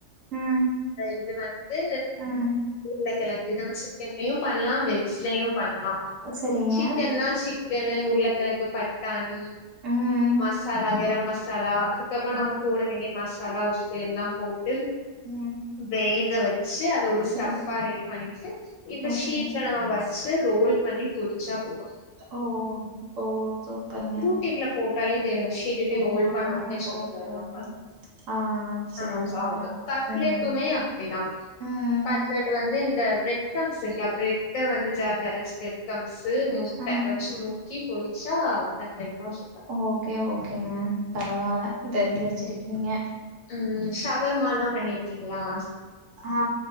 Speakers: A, on the right (about 75°); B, on the left (about 80°).
A: ம்.
B: இது வந்து
A: ம்.
B: உருளக்கழங்கு இது சிக்கன்லயும் பண்ணலாம் வெஜ் லயும் பண்ணலாம்
A: சரிங்க.
B: சிக்கன்னா சிக் க்கன்னு உருளக்கிழங்கு பட்டாணி
A: ம்.
B: மசாலா க்கர மசாலா அது அதுக்கப்றம் நம்ப
A: ஓகே.
B: போட வேண்டிய மசாலா உப்பு எல்லாம் போட்டு
A: ம்
B: வேக வெச் ச்சி அத ஒரு ஸ்டஃப்ஹா
A: சரி.
B: ரெடி பண்ணிட்டு இந்த
A: ஓகே.
B: ஷீட்ல நம்ப வச்சு ரோல் பண்ணி பொரிச்சா போதும்
A: ஓ ஓ சூப்பருங்க
B: யூடியூப்ல போட்டாலே தெர்து ஷுட் ஒட்டிட்டு
A: சரிம்மா.
B: ரோல் பண்ண வொட்னே சொல்லுவாங்க
A: ஓகே, ஓகே. ஆ
B: சமோசா
A: சரிங்க.
B: கட்லெட்
A: ம்.
B: இட்டுமே அப்டிதான்
A: ம்.
B: கட்லெட் வந்து இந்த பிரெட் கர்ம்ஸ் இருக்குல ப்ரெட் முட்டை வந்து ஜார்ல அரச்சு ப்ரெட் கம்ஸு முட்ட
A: ஆ.
B: வெச்சு முக்கி பொரிச்சா கட்லட் ரோஸ்
A: ஓகே ஓகேங்க பரவால தெரிஞ்சு வெச்சிருக்கீங்க
B: ம் சவர்மாலாம் பண்ணிருக்கீங்ளா
A: ஆ